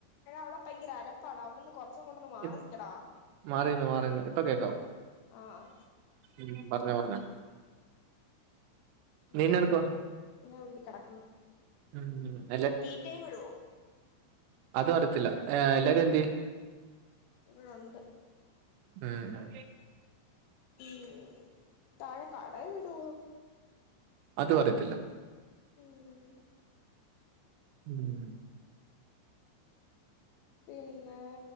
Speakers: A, on the left; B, on the right.
A: എടാ അവിടെ ഭയങ്കര ആലപ്പാട് അവിടുന്ന് കുറച്ചങ്ങോട്ടൊന്ന് മാറി
B: ഇപ്
A: നിക്കടാ
B: മാറിന്ന് മാറിന്ന് ഇപ്പൊ കേക്കോ
A: ആഹ്
B: ഉം പറഞ്ഞോ പറഞ്ഞോ നീനെടുക്കോ
A: ആണോ ഞാൻ എവിടക്ക് കിടക്കുന്നു
B: ഉം
A: തീറ്റയും വിടുവോ
B: അത് വറിത്തില്ല ഏ എല്ലാരും എന്തേ
A: ഇവിടുണ്ട്
B: ഉം ഉം
A: ഉം താഴെ കടെ വിടുവോ
B: അത് പറയത്തില്ല
A: ഉം
B: ഉം
A: പിന്നെ